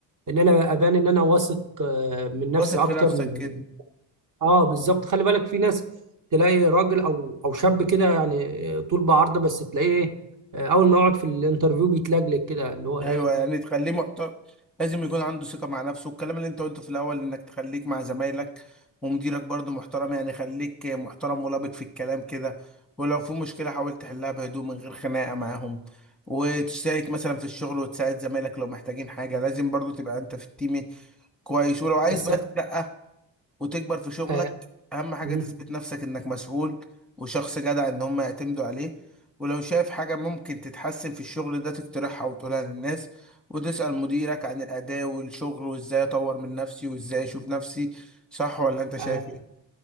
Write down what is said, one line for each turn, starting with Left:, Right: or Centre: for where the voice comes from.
Right: ان انا ابان ان انا واثق آه، من نفسي
Centre: واثق في
Right: اكتر
Centre: نفسك
Right: من-
Centre: كده
Right: اه بالظبط خلي بالك في ناس تلاقي راجل او او شاب كده يعني آه، طول بعرضه بس تلاقيه آه، اول ما يقعد في الانترفيو بيتلجلج كده اللي هو ايه
Centre: ايوه يعني تخليه محترم لازم يكون عنده ثقه مع نفسه والكلام اللي انت قلته في الاول انك تخليك مع زمايلك ومديرك برضه محترم يعني خليك محترم ولبق في الكلام كده ولو في مشكله حاول تحلها بهدوء من غير خناقه معاهم وتشترك مثلا في الشغل وتساعد زمايلك لو محتاجين حاجه لازم برضه تبقى انت في التيم كويس ولو عايز
Right: بس
Centre: بقى تترقى وتكبر في شغلك
Right: آه،
Centre: اهم حاجة
Right: مم.
Centre: تثبت نفسك انك مسؤول وشخص جدع ان هم يعتمدوا عليه ولو شايف حاجة ممكن تتحسن في الشغل ده تقترحها وتقولها للناس وتسأل مديرك عن الأداء والشغل وازاي اطور من نفسي وازاي اشوف نفسي صح ولا انت شايف
Right: آه،
Centre: ايه